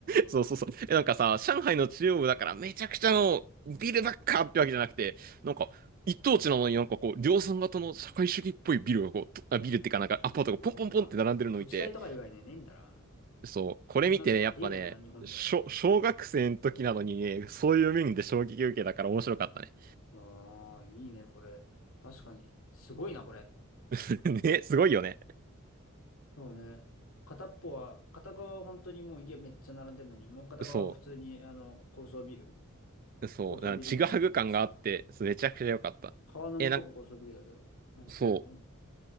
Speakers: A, on the right; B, on the left.
A: そうそうそう。え、なんかさ、上海の中央部だからめちゃくちゃのビルばっかってわけじゃなくて、なんか一等地なのになんかこう、量産型の社会主義っぽいビルがこう、とあ、ビルってかなんかアパートがポンポンポンって並んでるのを見て、
B: そうか。もう土地代とか以外ね、ねえんだな。
A: そう、これ見てね、
B: こんなとこありえないもんな、
A: やっぱね、
B: 日本じゃ。
A: 小、小学生の時なのにね、そういう面で衝撃受けたから面白かったね。
B: ああ、いいね、これ。確かに。すごいな、これ。
A: <laughs> ね、すごいよね。
B: そうね。片っぽは、片側は本当にもう家めっちゃ並んでんのに、もう片側は普通に、
A: そ
B: あの、高層ビル。
A: う、そう、
B: 高層ビル群って感じだし。
A: なんかちぐはぐ感があって、そうめちゃくちゃ良かった。
B: 川の向こうも高層ビルだけど、
A: え、なんか、
B: なんかすごい。
A: そう。